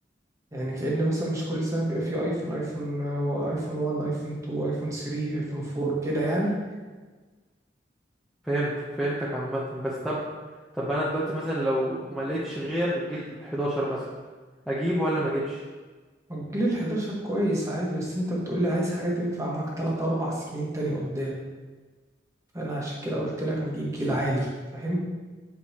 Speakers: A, on the right (about 15°); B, in the centre.
A: يعني كأن مثلا مش كل سنة بيبقى فيه أيفون أيفون أيفون 1 أيفون 2 أيفون 3 أيفون 4 كده يعني
B: فهمتك فهمتك عامه بس طب طب انا دلوقتي مثلا لو ما لقيتش غير جيل 11 مثلا اجيبه ولا ما اجيبش
A: الجيل ال 11 كويس عادي بس أنت بتقولي عايز حاجة تنفع معاك 3 4 سنين تاني قدام فأنا عشان كده قلت لك نجيب جيل عالي فاهم